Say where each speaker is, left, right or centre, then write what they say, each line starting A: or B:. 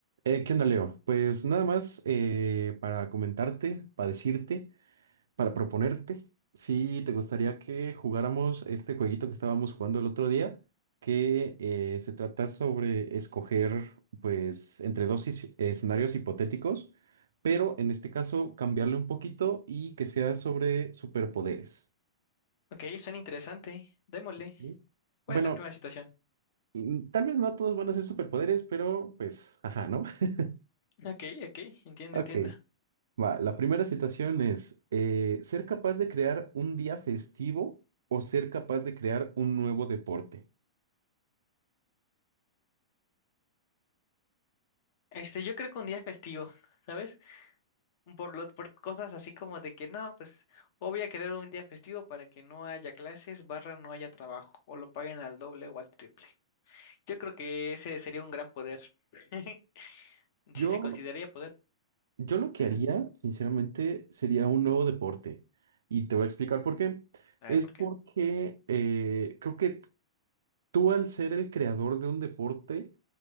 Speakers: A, on the right; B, on the left.
A: Eh, ¿qué onda, Leo? Pues nada más eh, para comentarte, para decirte, para proponerte si te gustaría que jugáramos este jueguito que estábamos jugando el otro día, que eh, se trata sobre escoger, pues, entre dos is- escenarios hipotéticos, pero en este caso cambiarle un poquito y que sea sobre superpoderes.
B: Ok, suena interesante. Démosle.
A: ¿ok?
B: ¿Cuál
A: Bueno,
B: es la primera situación?
A: mm, tal vez no todos van a ser superpoderes, pero pues, ajá, ¿no? <laughs>
B: Ok, ok, entiendo,
A: Ok.
B: entiendo.
A: Va, la primera citación es, eh, ¿ser capaz de crear un día festivo o ser capaz de crear un nuevo deporte?
B: Este, yo creo que un día festivo, ¿sabes? Por lo, por cosas así como de que no, pues o voy a querer un día festivo para que no haya clases, barra no haya trabajo, o lo paguen al doble o al triple. Yo creo que ese sería un gran poder. <laughs>
A: Yo,
B: Si se consideraría poder.
A: yo lo que
B: Ajá.
A: haría, sinceramente, sería un nuevo deporte. Y te voy a explicar por qué.
B: A
A: Es
B: ver, ¿por
A: porque
B: qué?
A: eh, creo que Tú al ser el creador de un deporte,